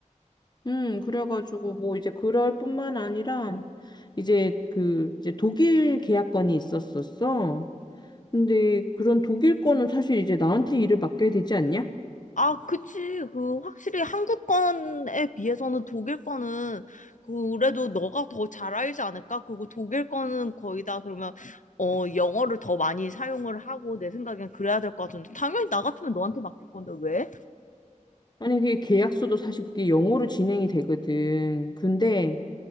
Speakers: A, on the left; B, on the left.
A: 음, 그래가지고 뭐 이제 그럴 뿐만 아니라 이제 그 이제 독일 계약건이 있었었어. 근데 그런 독일 거는 사실 이제 나한테 일을 맡겨야 되지 않냐?
B: 아, 그치. 그, 확실히 한국 건에 비해서는 독일 거는 그래도 너가 더 잘 알지 않을까? 그리고 독일 거는 거의 다 그러면, 어, 영어를 더 많이 사용을 하고 내 생각엔 그래야 될 것 같은데. 당연히 나 같으면 너한테 맡길 건데, 왜?
A: 아니 그게 계약서도 사실 그게 영어로 진행이 되거든. 근데